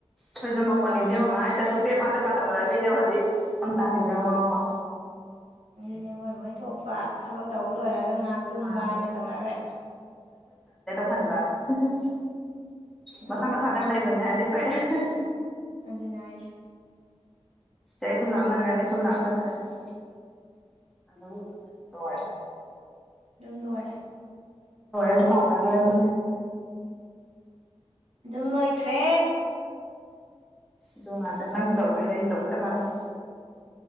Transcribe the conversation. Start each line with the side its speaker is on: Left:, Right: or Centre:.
Centre: ꯈꯣꯏꯖꯨ ꯃꯧ ꯑꯅꯤꯗꯦ ꯌꯧꯡꯉꯣ ꯉꯍꯥꯛ ꯂꯩꯇꯅ ꯄꯦꯄꯥ ꯄꯦꯄꯥ ꯇꯧꯔꯃꯤꯅꯦ <unintelligible> ꯍꯧꯖꯤꯛ ꯑꯝ ꯇꯥꯒꯤꯗ꯭ꯔꯦ ꯌꯦꯡꯑꯣ ꯃꯋꯥ ꯃꯄꯥ
Right: ꯑꯗꯨꯅꯦ ꯃꯣꯏ ꯃꯣꯏ ꯊꯣꯛꯄ ꯊꯕꯛ ꯇꯧ ꯂꯣꯏꯔꯒ ꯉꯥꯛ ꯇꯨꯝꯕꯅ
Centre: ꯃꯥꯅꯦ
Right: ꯇꯧꯅꯒ꯭ꯔꯦ
Centre: ꯁꯟꯕ ꯍ ꯍ
Right: ꯎꯝ
Centre: ꯃꯁꯥ ꯃꯁꯥ ꯇꯪ ꯂꯩꯕꯅꯦ ꯍꯥꯏꯗꯤ ꯐꯩ <unintelligible>
Right: ꯑꯗꯨꯅꯦ ꯍꯥꯏꯁꯦ
Centre: ꯑꯩ ꯁꯨꯝ ꯂꯥꯞꯅꯒꯅꯤ ꯁꯨꯝ ꯂꯥꯞꯅꯒ꯭ꯔꯅꯤ ꯑꯗꯨꯝ ꯂꯣꯏ
Right: ꯑꯗꯨꯝ ꯂꯣꯢꯔꯦ
Centre: ꯑꯗꯨꯝ ꯀꯥꯎꯅꯈ꯭ꯔꯅꯤ
Right: ꯑꯗꯨꯝ ꯂꯣꯏꯈ꯭ꯔꯦ
Centre: ꯑꯗꯨ ꯉꯥꯛꯇ ꯅꯪꯁꯨ ꯇꯧꯗꯣꯏꯅꯦ ꯑꯩꯁꯨ ꯇꯧꯗꯣꯏ ꯆꯞ ꯃꯥꯟꯅꯩ